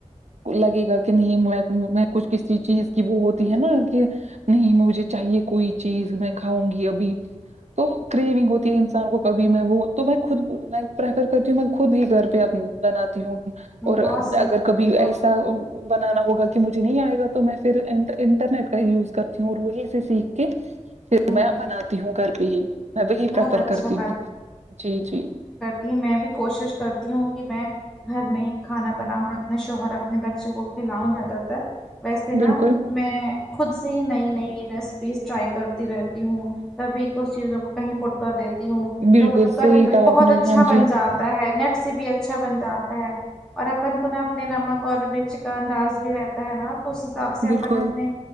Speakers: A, on the right; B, in the centre.
A: لگے گا کہ نہیں میں میں کچھ کسی چیز کی وہ ہوتی ہے نا کہ نہیں مجھے چاہیے کوئی چیز میں کھاؤں گی ابھی تو کریونگ ہوتی ہے انسان کو کبھی میں وہ تو میں خود میں پریفر کرتی ہوں خود ہی گھر پہ بناتی ہوں
B: نہیں
A: اور
B: بہت صحیح
A: اگر
B: بولتی
A: کبھی
B: ہیں
A: ایسا
B: آپ
A: بنانا ہوگا کہ مجھے نہیں آئے گا تو میں پھر انٹرنیٹ کا یوز کرتی ہوں اور وہی سے سیکھ کے پھر
B: ہ
A: میں بناتی ہوں گھر پہ ہی میں وہی
B: بہت
A: پریفر
B: اچھا
A: کرتی ہوں جی جی
B: یہ میں بھی کوشش کرتی ہوں کہ میں گھر میں کھانا بناؤں اپنے شوہر اپنے بچوں کو کھلاؤں زیادہ تر ویسے
A: بالکل
B: نا میں خود سے ہی نئی نئی ریسپیز ٹرائی کرتی رہتی ہوں کبھی کچھ چیزوں کو کہیں پٹ کر دیتی ہوں
A: بالکل
B: تو مطلب کبھی
A: صحیح
B: کبھی
A: کہا
B: بہت
A: آپ نے
B: اچھا
A: ہاں جی
B: بن جاتا ہے نیٹ سے بھی اچھا بن جاتا ہے اور اپن کو نہ اپنے نمک اور مرچ کا انداز بھی رہتا ہی نا تو اس تو اب سے
A: بالکل
B: اپن اپنے